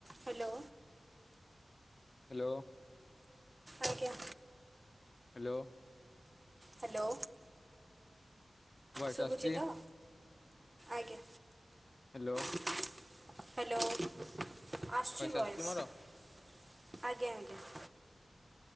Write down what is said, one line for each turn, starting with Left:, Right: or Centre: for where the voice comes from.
Right: Hello.
Left: Hello.
Right: ଆଜ୍ଞା।
Left: Hello.
Right: Hello
Left: voice
Right: ଶୁଭୁଚିତ।
Left: ଆସୁଛି
Right: ଆଜ୍ଞା।
Left: ହାଲୋ।
Right: ହାଲୋ ଆସୁଚି ଭଏସ୍।
Left: ଆସୁଛି
Right: ଆଜ୍ଞା
Left: ମୋର
Right: ଆଜ୍ଞା।